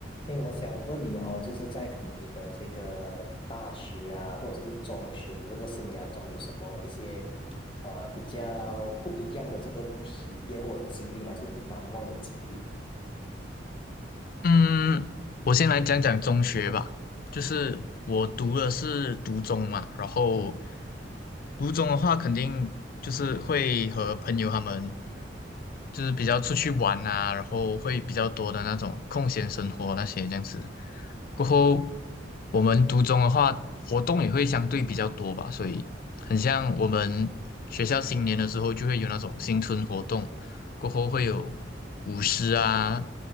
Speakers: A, on the left (about 30°); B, on the left (about 50°).
A: 哎，我想问你哦，就是在可能你的这个大学啊，或者是中学的这个生涯中，有什么一些呃比较不一样的这个体验或者经历吗？就是你难忘的经历。
B: 嗯，我先来讲讲中学吧，就是我读的是读中嘛，然后读中的话，肯定就是会和朋友他们就是比较出去玩啊，然后会比较多的那种空闲生活那些这样子。过后，我们读中的话，活动也会相对比较多吧，所以很像我们学校新年的时候就会有那种新春活动，过后会有舞狮啊，